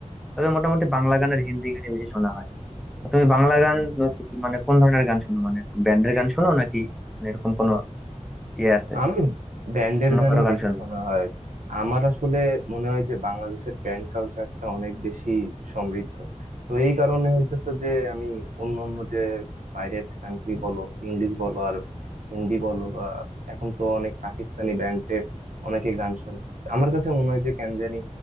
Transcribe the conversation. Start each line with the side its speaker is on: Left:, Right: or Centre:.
Centre: তবে মোটামুটি বাংলা গান আর হিন্দি গানই বেশি শোনা হয় তো তুমি বাংলা গান হচ্ছে কি- মানে কোন ধরনের গান শোনো মানে ব্যান্ডের গান শোনো নাকি মানে এরকম কোনো ইয়ে আছে
Right: আমি ব্যান্ডের
Centre: অন্য
Right: গানই
Centre: কারো গান
Right: বেশি
Centre: শোনো
Right: শোনা হয় আমার আসলে মনে হয় যে বাংলাদেশের ব্যান্ড কালচারটা অনেক বেশি সমৃদ্ধ তো এই কারণে হইতেছে যে আমি অন্য অন্য যে বাইরের কান্ট্রি বলো ইংলিশ বলো আর হিন্দি বলো বা এখন তো অনেক পাকিস্তানি ব্যান্ডের অনেকে গান শোনে আমার কাছে মনে হয় যে কেন জানি